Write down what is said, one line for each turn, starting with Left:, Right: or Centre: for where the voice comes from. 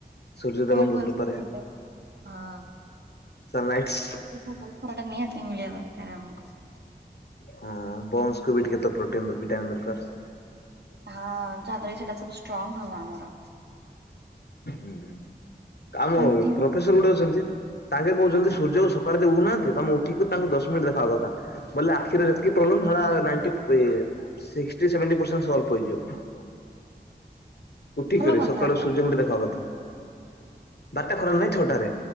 Left: ସୂର୍ଯ୍ୟ
Right: କାହାଠୁ
Left: ଦେବଙ୍କ
Right: ଆସୁଛି
Left: କୃପାରେ।
Right: ଏଇଟା? ହଁ।
Left: ସନ୍ ଲାଇଟ୍ସ୍।
Right: <unintelligible> ନିହାତି ମିଳିଆ ଦରକାର୍ ଆମକୁ।
Left: ହଁ ବନ୍ସ୍ କୁ ବି ଟିକେ ତ ପ୍ରୋଟିନ୍ ଭିଟାମିନ୍ ଦରକାର୍।
Right: ହଁ, ଯାହାଦ୍ୱାରା କି ସେଇଟା ସବୁ ଷ୍ଟ୍ରଙ୍ଗ୍ ହବ ଆମର।
Left: ହୁଁ, ଆମ
Right: ଆଉ ଯେତିକି
Left: ପ୍ରଫେସର୍ ଗୋଟେ ଅଛନ୍ତି ତାଙ୍କେ କହୁଚନ୍ତି, ସୂର୍ଯ୍ୟ ଓ ସକାଳେ ଯୋଉ ଉଉଁ ନାହାନ୍ତି, ତମେ ଉଠିକି ତାଙ୍କୁ ଦଶ ମିନିଟ୍ ଦେଖିବା କଥା, ବଲେ ଆଖିରେ ଯେତିକି ପ୍ରୋବ୍ଲେମ୍, ସେଟା ନାଇଁଟି <unintelligible> ସିସ୍କିଟି ସେଭେଣ୍ଟି ପରସେଣ୍ଟ ସଲଭ୍ କରିଯିବ। ଉଠିକିରି
Right: ଭଲ କଥା
Left: ସକାଳୁ
Right: ତ
Left: ସୂର୍ଯ୍ୟଙ୍କୁ ଟିକେ ଦେଖବା କଥା? ବାରଟା ଖରା ନାହିଁ, ଛଅଟାରେ।